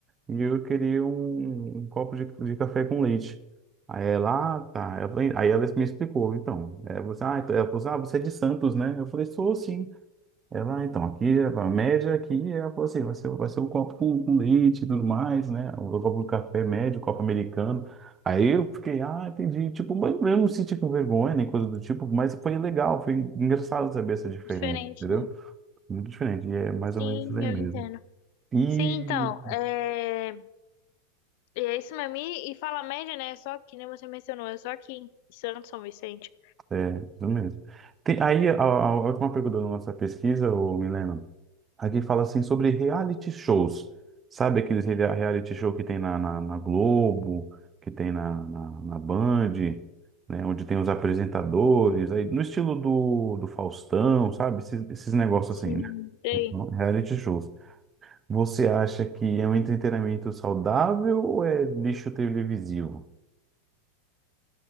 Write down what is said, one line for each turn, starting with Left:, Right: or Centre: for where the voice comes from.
Right: e eu queria um, um copo de, de café com leite. Aí ela, ah, tá. Ela falou- Aí ela me explicou, então. É, você, ah, então- ela falou assim, ah, você é de Santos, né? Eu falei, sou sim. Ela, "Ah, então, aqui, é a média aqui, ela falou assim, vai ser, vai ser um copo com, com leite e tudo mais, né? O copo de café médio, copo americano. Aí eu fiquei, ah, entendi. Tipo, mas eu não senti com vergonha nem coisa do tipo, mas foi legal, foi engraçado saber essa diferença,
Left: Diferente,
Right: entendeu?
Left: né?
Right: Muito diferente, e é mais
Left: Sim,
Right: ou menos isso aí
Left: eu
Right: mesmo.
Left: entendo.
Right: E
Left: Sim, então, é, é isso mesmo. E, e fala média, né? É Só que nem você mencionou, é só aqui em Santos, São Vicente.
Right: É, isso mesmo. Tem, aí, a, a a última pergunta da nossa pesquisa, ô Milena, aqui fala assim sobre reality shows. Sabe aqueles rea- reality show que tem na, na, na Globo, que tem na, na, na Band, né, onde tem os apresentadores, aí, no estilo do, do Faustão, sabe? Esses, esses negócios
Left: Sim.
Right: assim, né?
Left: E aí?
Right: Então, Reality shows. Você acha que é um entretenimento saudável ou é lixo televisivo?